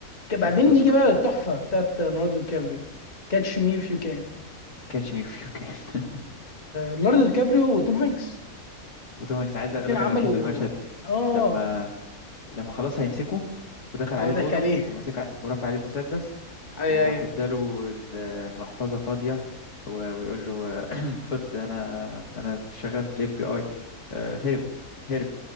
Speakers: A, on the left; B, on the left.
A: بعدين
B: اخد اوسكار
A: نيجي بقى للتحفه بتاعت آه، ليوناردو دي كابريو كاتش مي اف يو كان
B: كاتش مي فيو كان <laughs>
A: ليوناردو دي كابريو وتوم هانكس
B: وطبعا كنت عايز
A: الاثنين
B: اقول لك
A: عملوا
B: انا بحب المشهد
A: اه
B: لما لما خلاص هيمسكه ودخل
A: اه
B: عليه
A: ضحك
B: الاوضه
A: عليه
B: ومسك ع- ورفع عليه المسدس
A: <laughs> اي
B: وراح
A: اي
B: اداله ال- المحفظه فاضيه و- ويقول له <clears throat> خد انا انا شغال في الاف بي اي هرب هرب